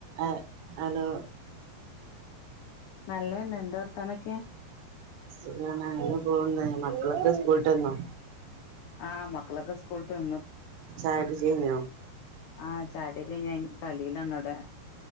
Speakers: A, on the right; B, on the left.
A: ആഹ hello
B: നല്ലന്നെ എന്താ വർത്താനൊക്കെ
A: സുഖാണ് അങ്ങനെ പോവുന്ന് മക്കളൊക്കെ സ്കൂളിട്ടന്നോ
B: ആഹ് മക്കളൊക്കെ സ്കൂൾട്ട് വന്നു
A: ചായുടിയൊക്കെ കഴിഞ്ഞോ
B: ആഹ് ചായടിയൊക്കെഞ്ഞഞാൻ കളീലാണ് അവ്‌ടെ